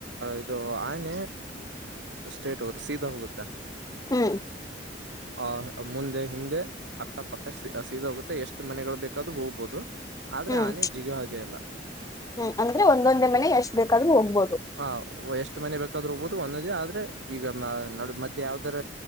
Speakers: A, on the right (about 75°); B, on the left (about 20°).
A: ಇದು ಆನೆ ಸ್ಟ್ರೇಟ್ ಹೋಗುತ್ತೆ ಸೀದಾ ಹೋಗುತ್ತೆ
B: ಹ್ಮ್
A: ಆಹ ಮುಂದೆ ಹಿಂದೆ ಅಕ್ಕಪಕ್ಕ ಸೀದೋಗುತ್ತೆ ಎಷ್ಟು ಮನೆಗಳು ಬೇಕಾದ್ರೂ ಹೋಗ್ಬೋುದು ಆದ್ರೆ
B: ಹ್ಮ್
A: ಆನೆೇ ಜಿಗಿ ಹಾಗೆ ಇಲ್ಲ
B: ಹ್ಮ್ ಅಂದ್ರೆ ಒಂದೊಂದೇ ಮನೆ ಎಷ್ಟ ಬೇಕಾದ್ೂ ಹೋಗ್ಬೋದು
A: ಆ ಎಷ್ಟು ಮನೆ ಬೇಕಾದ್ಹೋಗಬೋುದು ಒಂದದೇ ಆದ್ರೆ ಈಗ ನ ಮಧ್ಯೆ ಯಾವ್ದರ